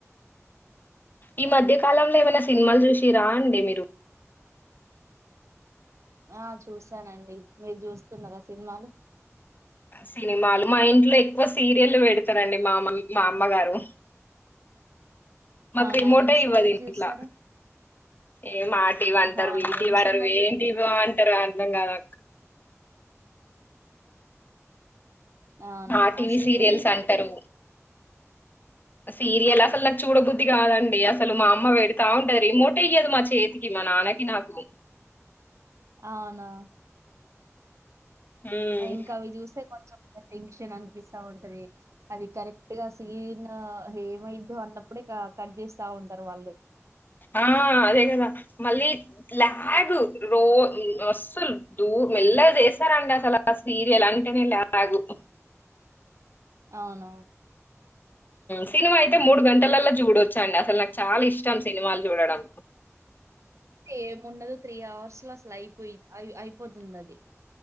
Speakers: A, on the left; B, on the right.
A: ఈ మధ్య కాలంలో ఏమైనా సినిమాలు చూసి రా అండి మీరు
B: ఆ చూసానండి మీరు చూస్తున్నారా సినిమాలు
A: సినిమాలు మా ఇంట్లో ఎక్కువ సీరియల్ పెడతారండి మామ్ మా అమ్మగారు మాక్
B: అవునా
A: రిమోటే
B: ఏం సీరియల్స్
A: ఇవ్వద్ ఇంట్ల
B: చూస్తారు
A: ఏ మాటివి వ్వంటారు,
B: అవునా
A: ఈ టీవీ
B: ఏం
A: వ్వంటారు
B: సినిమాలు చూ
A: ఏం టివో న్ తారో అర్ధం కాద్ క్
B: అవునా
A: ఆ టీవీ
B: సీరియల్
A: సీరియల్స్ అంటరు సీరియల్ అసలు నాకు చూడబుద్ధి కాదండి అసలు మా అమ్మ పెడతా ఉంటది రిమోట్ అయ్యదు మా చేతికి మా నాన్నకి నాకు
B: అవునా
A: ఉమ్
B: ఇంకా అవి చూస్తే కొంచెం టెన్షన్ అనిపిస్తా ఉంటది అది కరెక్ట్ గా స్నన్ ఏమైదుో అన్నప్పుడే కట్ చేస్తా ఉంటారు వాళ్ళు
A: ఆ అదే కదా మళ్ళీ లా్యా గు రో అసలు దూ మెల్ల చేస్తారండి అసలు సీరియల్ అంటేనే లాగు
B: అవున
A: సినిమా అయితే మూడు గంటలల్లో చూడొచ్చా అండి అసలు నాకు చాలా ఇష్టం సినిమాలు చూడడం
B: ఏముండదు త్రీ అవర్స్ లా లా అయిపోయి అయిపోతుంది అది